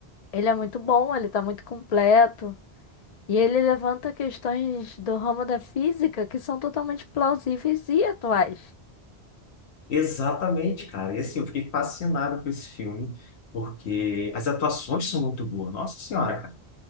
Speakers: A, on the left; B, on the left.
A: Ele é muito bom, ele tá muito completo. E ele levanta questões do ramo da física que são totalmente plausíveis e atuais.
B: Exatamente, cara. E, assim, eu fiquei fascinado com esse filme, porque as atuações são muito boas. Nossa Senhora, cara.